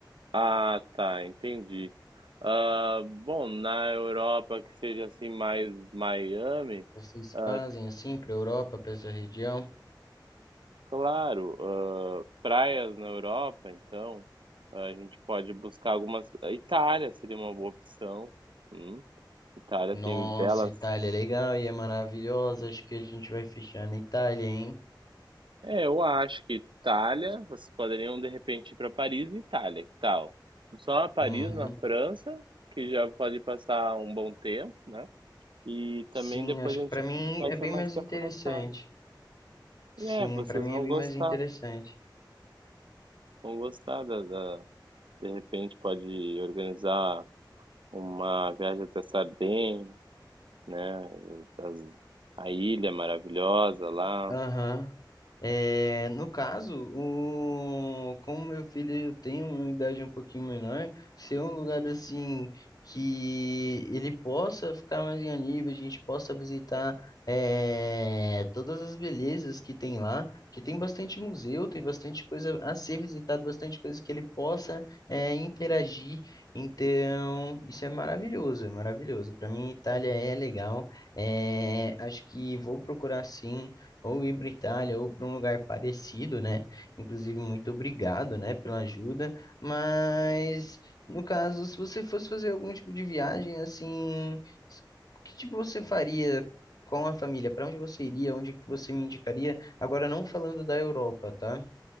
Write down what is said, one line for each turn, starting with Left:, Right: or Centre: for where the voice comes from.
Right: Ah, tá, entendi. Ah, bom, na Europa que seja assim mais Miami,
Left: Vocês
Right: ah,
Left: fazem assim para a Europa, para essa região?
Right: Claro, hã, praias na Europa, então, a gente pode buscar algumas A Itália seria uma boa opção, hum, Itália
Left: Nossa,
Right: tem belas
Left: Itália é legal e é maravilhosa. Acho que a gente vai fechar na Itália, hein?
Right: é, eu acho que Itália, vocês poderiam de repente ir para Paris e Itália, que tal? Só Paris
Left: Uhum.
Right: na França, que já pode passar um bom tempo, né, e também
Left: Sim,
Right: depois
Left: acho
Right: a
Left: que
Right: gente
Left: para mim
Right: vai
Left: é
Right: fecha
Left: bem
Right: mais
Left: mais
Right: tempo
Left: interessante.
Right: na Itália.
Left: Sim,
Right: É, vocês
Left: para mim
Right: vão
Left: é bem
Right: gostar,
Left: mais interessante.
Right: vão gostar da da de repente pode organizar Uma viagem até Sardenha, né? as- a ilha maravilhosa lá.
Left: Aham. É, no caso, o, como meu filho tem uma idade um pouquinho menor, ser um lugar assim que ele possa ficar mais em nível, a gente possa visitar é, todas as belezas que tem lá, que tem bastante museu, tem bastante coisa a ser visitado, bastante coisa que ele possa é, interagir. Então, isso é maravilhoso, é maravilhoso. Para mim, Itália é legal. É, acho que vou procurar sim ou ir para Itália ou para um lugar parecido, né? Inclusive, muito obrigado, né, pela ajuda. Mas, no caso, se você fosse fazer algum tipo de viagem, assim, s- que tipo você faria com a família? Para onde você iria? Onde que você me indicaria? Agora, não falando da Europa, tá?